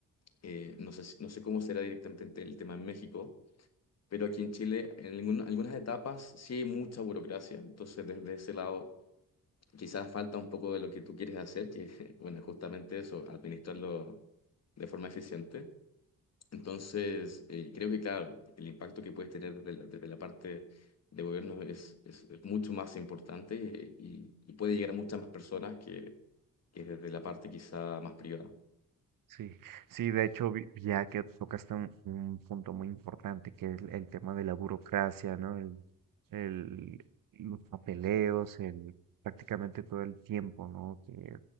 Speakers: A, on the left; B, on the right.
A: eh, no sé, si- no sé cómo será directamente el tema en México. Pero aquí en Chile, en algún- algunas etapas sí hay mucha burocracia, entonces desde ese lado Quizás falta un poco de lo que tú quieres hacer, que <laughs> bueno, es justamente eso, administrarlo de forma eficiente. Entonces, eh, creo que claro, el impacto que puedes tener desde la, desde la parte de gobierno es, es, es mucho más importante eh, y, y puede llegar a muchas más personas que, que desde la parte quizá más privada.
B: Sí, sí, de hecho, vi- ya que tocaste un, un punto muy importante, que es el, el tema de la burocracia, ¿no? El, el, los papeleos, el, prácticamente todo el tiempo, ¿no? Que,